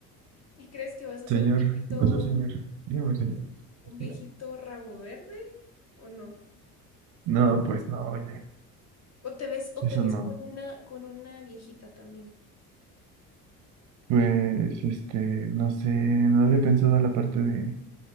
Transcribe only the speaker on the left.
¿Y crees que vas a
ser un viejito,
un viejito
rabo verde o no?
O te ves, o
te ves
con una, con una viejita también.